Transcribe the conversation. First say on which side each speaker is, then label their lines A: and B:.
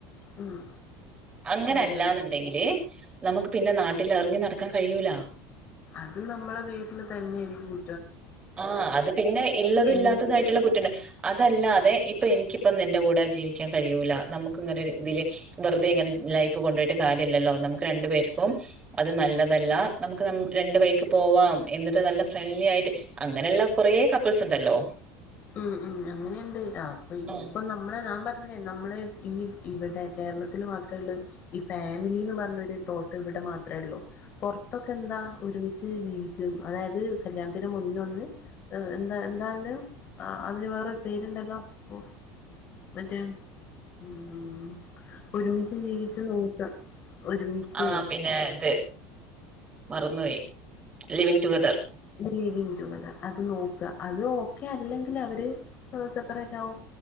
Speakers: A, on the left; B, on the right.
A: ഉം
B: അങ്ങനെല്ലാന്നുണ്ടെങ്കില്
A: അതെ അതെ
B: നമുക്ക് പിന്നെ നാട്ടില് ട്ടില് ഇറങ്ങി നടക്കാൻ കഴിയൂല
A: അത് നമ്മളെ വീട്ടില് തന്നെയായിരിക്കും കു
B: ആ അത് പിന്നെ ഇള്ളതും ഇല്ലാത്തതും
A: എ
B: ആയിട്ടുള്ള കുറ്റണ്ട് അതല്ലാതെ ഇപ്പൊ എനിക്കിപ്പം നിന്റെ കൂടെ ജീവിക്കാൻ കഴിയൂല നമുക്ക് ഇങ്ങനെ ഒര് ഇതില് വെറുതെ ഇങ്ങനെ ജ് ലൈഫ് കൊണ്ട് പോയിട്ട് കാര്യ ര്യല്ലല്ലോ നമുക്ക് രണ്ടു പേർക്കും അത് നല്ലതല്ല നമുക്ക് നം രണ്ട് വഴിക്ക് പോവാം എന്നിട്ട് നല്ല ഫ്രണ്ട്ലി ആയിട്ട് അങ്ങനെയുള്ള കുറേ കപ്പിൾസ് ഇണ്ടല്ലോ
A: ഉം ഉം അങ്ങനെയുണ്ട് അപ്പൊ
B: ആഹ്
A: ഇപ്പൊ നമ്മളെ ഞാൻ പറഞ്ഞില്ലേ നമ്മളെ ഈ ഇവിടെ കേരളത്തിൽ മാത്രേ ഉള്ളൂ ഈ ഫാമിലിന്ന് പറഞ്ഞൊരു തോട്ട് ഇവിടെ മാത്രേ ഉള്ളൂ പുറത്തൊക്കെ എന്താ ഒരുമിച്ച് ജീവിക്കും അതായത് കല്യാണത്തിന് മുന്നൊന്ന് ഏ എന്താ എന്താണ് ആ അതിന് വേറൊരു പേരുണ്ടല്ലോ ഒ മറ്റേ ഉം ഒരുമിച്ച് ജീവിച്ചു നോക്ക ഒരുമിച്ച്
B: ആ പിന്നെ ഇത് മറന്നുപോയി ലിവിങ് ടുഗദർ
A: ലീവിങ് ദുകദർ അത് നോക്ക അത് ഓക്കെ അല്ലെങ്കിൽ അവര് സെപ്പറേറ്റ് ആകും